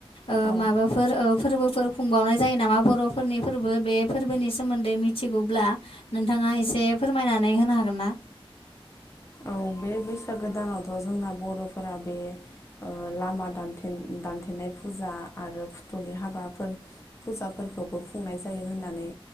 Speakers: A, on the left (about 70°); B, on the left (about 30°).
A: ओ
B: औ
A: माबा फोर ओ फोरबोफोर खुंबावनाय जायो नामा बर'फोरनि फोरबो बे फोरबोनि सोमोन्दै मिथिगौब्ला नोंथाङा एसे फोरमायनानै होनो हागोन ना?
B: औ बे बैसागो दानावथ' जोंना बर'फोरा बे ओ लामा दानथेन दानथेनाय फुजा आरो फुथुलि हाबाफोर फुजाफोरखौबो खुंनाय जायो होननानै